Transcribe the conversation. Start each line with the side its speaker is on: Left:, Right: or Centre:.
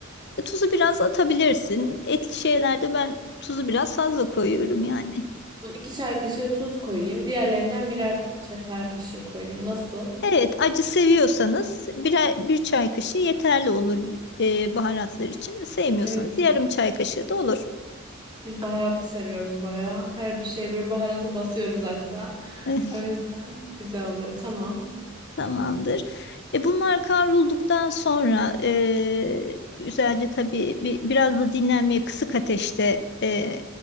Left: e, tuzu biraz atabilirsin. Etli şeylerde ben tuzu biraz fazla koyuyorum yani.
Right: Ben İki çay kaşığı tuz koyayım. Diğerlerinden birer ka- çay çay kaşığı koyayım. Nasıl?
Left: Evet, acı seviyorsanız bir, bir çay kaşığı yeterli olur e, baharatlar için. Sevmiyorsanız
Right: Evet.
Left: yarım çay kaşığı da olur.
Right: Biz baharatlı seviyoruz bayağı. Her bir şeye böyle baharatı basıyoruz hatta.
Left: <laughs>
Right: O yüzden güzel oluyor. Tamam.
Left: Tamamdır. E bunlar kavrulduktan sonra e, güzelce tabii bir, biraz da dinlenmeye kısık ateşte e,